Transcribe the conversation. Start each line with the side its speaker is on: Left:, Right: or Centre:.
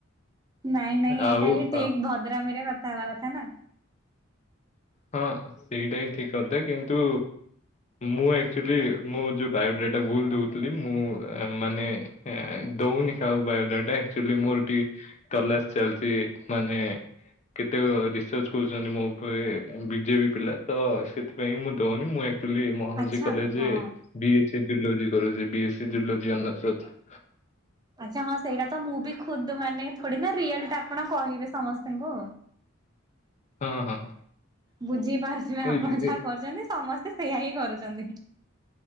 Right: ନାଇଁ ନାଇଁ ଏଇଟା
Left: ଆଉ
Right: ହିଁ ଠିକ୍
Left: ଆ,
Right: ଭଦ୍ରାମୀରେ କଥା ହବା କଥା ନା?
Left: ହଁ ସେଇଟା ହିଁ ଠିକ୍ କଥା କିନ୍ତୁ ମୁଁ ଆକ୍ଚୁଲି ମୁଁ ଯୋଉ ବାୟୋଡାଟା ଭୁଲ୍ ଦୋଉଥୁଲି ମୁଁ ଏ ମାନେ ହେଁ ଦଉନି କାହାକୁ ବାୟୋଦାଟା ଏକ୍ଚୁଲି ମୋର ଟିକେ ତଲାସ ଚାଲଚି ମାନେ କେତେକ ରିସର୍ଚ କରୁଚନ୍ତି ମୋ ଉପରେ। ବିଜେବି ପିଲା ତ, ସେଥିପାଇଁ ମୁଁ ଦଉନି, ମୁଁ ଆକୁଚୁଆଲି ମହର୍ଷି
Right: ଆଚ୍ଛା
Left: କଲେଜରେ
Right: ହଁ।
Left: ବି ଏସ୍ ସ ଜୁଲୋଜି କରୁଚି, ବି ଏସ୍ ସ ଜୁଲୋଜି ଅନର୍ସ <unintelligible>
Right: ଆଛା ହଁ, ସେଇଟା ତ ମୁଁ ବି ଖୁଦ, ମାନେ ଥୋଡ଼ି ନା ରିଅଲ ଟା ଆପଣ କହିବେ ସମସ୍ତଙ୍କୁ?
Left: ହଁ ହଁ ହଁ।
Right: ବୁଝି ପାରୁଥିବେ,
Left: ଏଇ
Right: ଆପଣ
Left: ଯେ-
Right: ଯାହା
Left: ଏ-
Right: କରୁଚନ୍ତି ସମସ୍ତେ ସେଇଆ ହିଁ କରୁଚନ୍ତି।